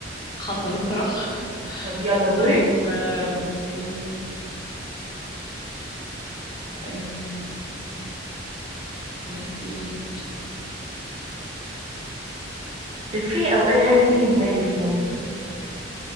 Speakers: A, on the left; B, on the right.
A: حصل الصراحه <laughs>
B: طب يلا دورك
A: طيب آم، أمم، ايه اقول لك ايه يا ستي
B: إفيه او اي حاجة تيجي في بالك يعني